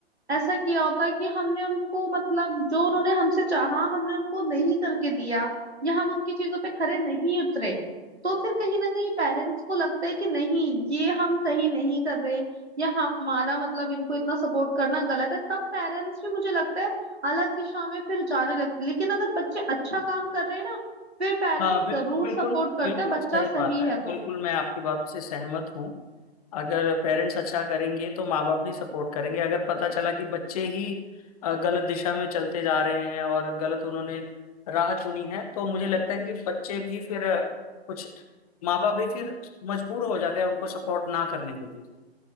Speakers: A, on the right; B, on the left.
A: ऐसा किया होता कि हमने उनको मतलब जो उन्होंने हमसे चाहा हमने उनको नहीं करके दिया या हम उनकी चीजों पे खरे नहीं उतरे तो फिर कहीं ना कहीं पेरेंट्स को लगता है कि नहीं ये हम सही नहीं कर रहे या हमारा मतलब इनको इतना सपोर्ट करना गलत है तब पेरेंट्स भी मुझे लगता है अलग दिशा में फिर जाने लगते हैं। लेकिन अगर बच्चे अच्छा काम कर रहे हैं ना फिर पेरेंट्स
B: हाँ बिल्कुल
A: जरूर
B: बिल्कुल
A: सपोर्ट करते
B: बिल्कुल
A: हैं बच्चा
B: सही
A: सही
B: बात है
A: है तो
B: बिल्कुल मैं आपकी बात से सहमत हूँ अगर पेरेंट्स अच्छा करेंगे तो माँ बाप भी सपोर्ट करेंगे अगर पता चला कि बच्चे ही अ, गलत दिशा में चलते जा रहे हैं और गलत उन्होंने राह चुनी है तो मुझे लगता है कि बच्चे भी फिर कुछ माँ बाप भी फिर मजबूर हो जाते हैं उनको सपोर्ट ना करने के लिए